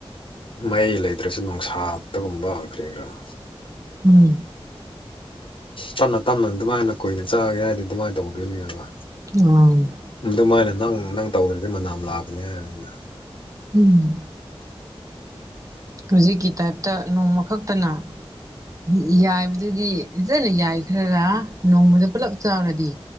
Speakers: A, on the left; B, on the right.
A: ꯃꯌꯥꯩ ꯂꯩꯇ꯭ꯔꯁꯨ ꯅꯨꯡꯁꯥꯗꯒꯨꯝꯕ ꯀꯔꯤ ꯀꯔꯥ
B: ꯎꯝ
A: ꯆꯞꯅ ꯇꯞꯅ ꯑꯗꯨꯃꯥꯏꯅ ꯀꯨꯏꯅ ꯆꯠꯒꯦ ꯍꯥꯏꯔꯗꯤ ꯑꯗꯨꯃꯥꯏꯅ ꯇꯧꯗꯣꯏꯅꯦꯕ
B: ꯎ
A: ꯑꯗꯨꯃꯥꯏꯅ ꯅꯪ ꯅꯪ ꯇꯧꯔꯗꯤ ꯃꯅꯥꯝ ꯂꯥꯛꯀꯅꯤ ꯍꯥꯏꯗꯅ
B: ꯎꯝ ꯍꯧꯖꯤꯛꯀꯤ ꯇꯥꯏꯞꯇ ꯅꯣꯡꯃ ꯈꯛꯇꯅ ꯎ ꯌꯥꯏꯕꯗꯨꯗꯤ ꯐꯖꯅ ꯌꯥꯏꯈ꯭ꯔꯔ ꯅꯣꯡꯃꯗ ꯄꯨꯂꯞ ꯆꯥꯔꯗꯤ